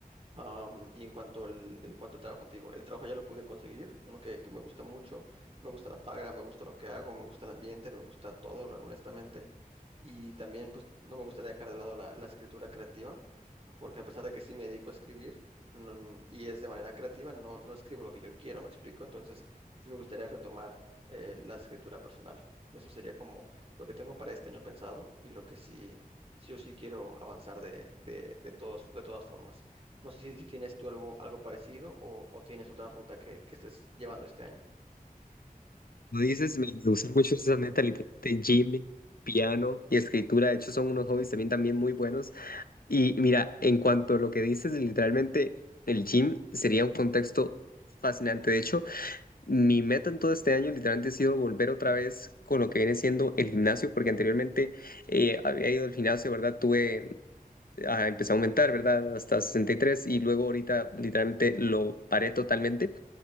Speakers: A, on the right (about 40°); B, on the left (about 75°).
A: Am, y en cuanto al, en cuanto al trabajo, te digo, el trabajo ya lo pude conseguir, uno que, que me gusta mucho, me gusta la paga, me gusta lo que hago, me gusta el ambiente, me gusta todo, la- honestamente. Y también, pues, no me gustaría dejar de lado la, la escritura creativa, porque a pesar de que sí me dedico a escribir no- y es de manera creativa, no, no escribo lo que yo quiero, me explico. Entonces, sí me gustaría retomar eh, la escritura personal. Eso sería como lo que tengo para este año pensado y lo que sí, sí o sí quiero avanzar de, de, de todos, de todas formas. No sé si, si tienes tú algo, algo parecido o, o tienes otra ruta que, que estés llevando este año.
B: Lo dices, me me gustan mucho esas metas, literalmente, gym, piano y escritura. De hecho, son unos hobbies también, también muy buenos. Y mira, en cuanto a lo que dices, literalmente el gym sería un contexto fascinante. De hecho, mi meta en todo este año literalmente ha sido volver otra vez con lo que viene siendo el gimnasio, porque anteriormente eh, había ido al gimnasio, ¿verdad? Tuve, ah, empecé a aumentar, ¿verdad? Hasta 63 y luego ahorita literalmente lo paré totalmente.